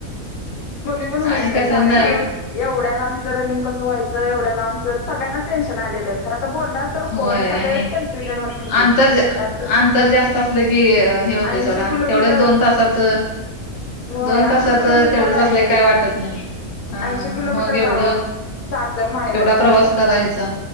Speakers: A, on the left (about 80°); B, on the left (about 55°).
A: मम्मी पण म्हणत
B: आणि
A: होती. बाई
B: कसं
A: साड्या
B: न
A: घालून, एवढ्याला लांबच रनिंग कसं व्हायचं, एवढ्या लांबच आमचं सगळ्यांना टेन्शन आलेलं, खर आता बोलणार कोण. तर
B: होय.
A: सगळेच
B: आणि
A: कन्फ्युजन होत होते.
B: आंतर
A: त्यांचं
B: अंतर जास्त असलं की, हे होतंय
A: ऐंशी
B: सोडा,
A: किलोमीटर
B: तेवढच दोन तासाच.
A: होय
B: दोन
A: ऐंशी
B: तासाचं
A: किलोमीटर
B: तेवढंच
A: आहे
B: असल काय वाटत नाही. हा
A: ऐंशी
B: हा
A: किलोमीटर
B: मग एवढं.
A: गावा सासर माहेरात
B: एवढा
A: अंतर
B: प्रवास करायचा,